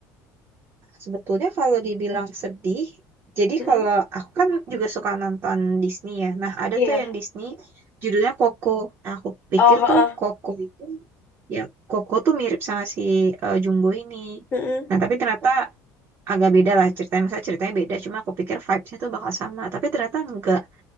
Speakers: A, on the right (about 35°); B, on the left (about 25°).
A: Sebetulnya kalau dibilang sedih, jadi
B: Mm-mm.
A: kalau aku kan juga suka nonton Disney ya. Nah, ada
B: Iya.
A: tuh yang Disney judulnya Coco. Nah, aku pikir
B: Oh, heeh.
A: tuh Coco itu ya Coco tuh mirip sama si eh, Jumbo ini.
B: Mm-mm.
A: Nah, tapi ternyata agak beda lah ceritanya. Masa ceritanya beda, cuma aku pikir vibes-nya tuh bakal sama. Tapi ternyata enggak